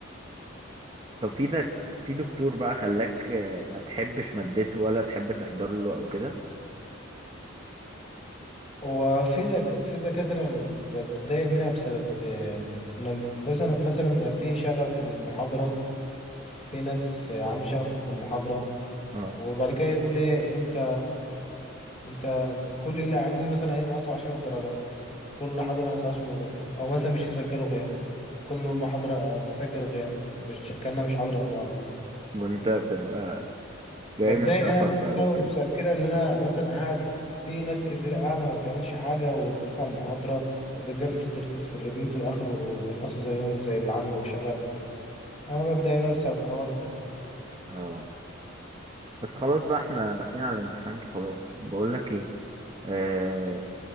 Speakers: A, on the right; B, on the left.
A: طب في ده في دكتور بقى خلاك آه، ما تحبش مادته ولا تحب تحضر له او كده
B: هو في دك... في دكاترة بتضايق منها بسبب آه، ان بس أنا- مثلا بيبقى في شغف في المحاضرة في ناس آه، عاملة شغف في المحاضرة
A: اه
B: وبعد كده يقول ايه انت انت كل اللي قاعدين مثلا هينقصوا 10 درجات كل حاضر هينقص 10 درجات او مثلا مش يسجلوا غياب كل المحاضرة هتسجل غياب مش كأنها مش حاضرة النهاردة
A: وانت بتبقى
B: بتضايق
A: جاي من سفر
B: انا بقى
A: بقى
B: بسبب
A: وكده
B: بسبب كده اللي انا مثلا قاعد في ناس كتير قاعده ما بتعملش حاجه وبتسمع المحاضره وبتتجف در- في الرجلين في الاخر وبينقصوا زيهم زي اللي عملوا شغب انا بتضايق بقى بسبب الحوار ده
A: اه بس خلاص بقى احنا داخلين على الامتحانات وخلاص بقول لك ايه آه،